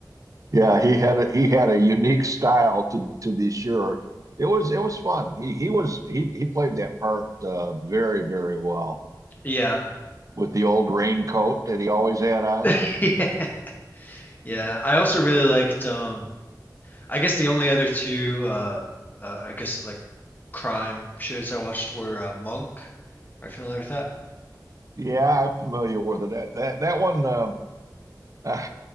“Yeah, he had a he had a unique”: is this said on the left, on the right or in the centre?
Right